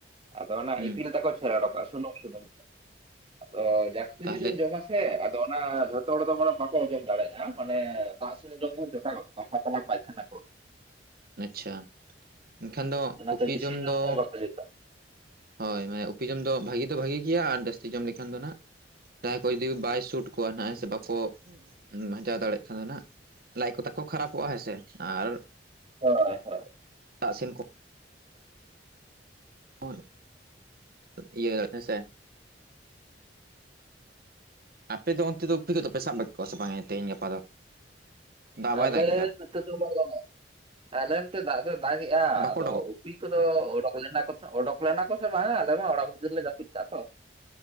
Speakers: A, on the right (about 30°); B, on the right (about 55°).
A: ᱟᱫᱚ ᱚᱱᱟ
B: ᱦᱩᱸ
A: ᱤᱛᱤᱞ ᱛᱟᱠᱚ ᱪᱷᱮᱨ ᱚᱰᱚᱠᱚᱜᱼᱟ ᱥᱩᱱᱩᱢ-ᱥᱩᱱᱩᱢ <unintelligible> ᱟᱫᱚ ᱡᱟᱹᱥᱛᱤ
B: ᱛᱟᱦᱚᱞᱮ
A: ᱡᱩᱫᱤᱢ ᱡᱚᱢᱟ <unintelligible> ᱦᱮᱸ ᱟᱫᱚ ᱚᱱᱟ ᱡᱷᱚᱛᱚ ᱦᱚᱲ ᱫᱚ ᱢᱟᱱᱮ ᱵᱟᱠᱚ ᱚᱡᱚᱢ ᱫᱟᱲᱮᱜᱼᱟ ᱢᱟᱱᱮ ᱫᱟᱜ ᱥᱩᱨ ᱨᱮᱜᱮ <inaudible>
B: ᱟᱪᱪᱷᱟ, ᱮᱱᱠᱷᱟᱱ ᱫᱚ
A: ᱚᱱᱟᱛᱮ
B: ᱩᱯᱤ
A: ᱵᱮᱥᱤ
B: ᱡᱚᱢ ᱫᱚ
A: ᱦᱚᱸ ᱵᱟᱠᱚ ᱡᱩᱛᱟ
B: ᱦᱳᱭ ᱦᱮᱸ ᱩᱯᱤ ᱡᱚᱢ ᱫᱚ ᱵᱷᱟᱜᱤ ᱫᱚ ᱵᱷᱟᱜᱤ ᱜᱮᱭᱟ ᱟᱨ ᱡᱟᱹᱥᱛᱤ ᱡᱚᱢ ᱞᱮᱠᱷᱟᱱ ᱫᱚ ᱱᱟᱦᱱᱟᱜ ᱡᱟᱦᱟᱸᱭ ᱠᱚ ᱡᱩᱫᱤ ᱵᱟᱭ ᱥᱩᱴ ᱠᱚᱣᱟ ᱱᱟᱜᱼᱟᱭ ᱥᱮ ᱵᱟᱠᱚ ᱩᱢ ᱢᱟᱸᱡᱷᱟᱣ ᱫᱟᱲᱮᱭᱟᱜ ᱠᱷᱟᱱ ᱫᱚ ᱱᱟᱜ ᱞᱟᱡ ᱠᱚ ᱛᱟᱠᱚ ᱠᱷᱟᱨᱟᱯᱚᱜᱼᱟ ᱦᱮᱸᱥᱮ ᱟᱨ
A: ᱦᱳᱭ <unintelligible>
B: ᱟᱜ ᱥᱤᱱ ᱠᱚ <unintelligible> ᱤᱭᱟᱹ ᱦᱮ ᱥᱮ ᱟᱯᱮ ᱫᱚ ᱚᱱᱛᱮ ᱫᱚ ᱩᱯᱤ ᱠᱚᱫᱚ ᱯᱮ ᱥᱟᱵᱮᱫ ᱠᱚᱣᱟ ᱥᱮ ᱵᱟᱝᱟ ᱛᱮᱦᱮᱧ ᱜᱟᱯᱟ ᱫᱚ? ᱫᱟᱜ
A: ᱟᱞᱮ
B: ᱵᱟᱭ ᱫᱟᱜᱮᱜᱼᱟ
A: ᱱᱤᱛᱳᱜ ᱫᱚ <unintelligible> ᱟᱞᱮ ᱱᱚᱛᱮ ᱫᱟᱜ ᱫᱚ ᱫᱟᱜ ᱮᱼᱟ
B: ᱵᱟᱠᱚ
A: ᱟᱫᱚ
B: ᱚᱰᱚᱠᱚᱜ
A: ᱯᱤ ᱠᱚᱫᱚ ᱚᱰᱚᱠ ᱞᱮᱱᱟ ᱠᱚ ᱥᱮ ᱚᱰᱚᱠ ᱞᱮᱱᱟ ᱠᱚ ᱥᱮ ᱵᱟᱝ ᱟᱞᱮ ᱢᱟ ᱚᱲᱟᱜ ᱵᱷᱤᱛᱤᱨ ᱨᱮᱞᱮ ᱡᱟᱹᱯᱤᱫ ᱠᱟᱜᱼᱟ ᱛᱚ᱾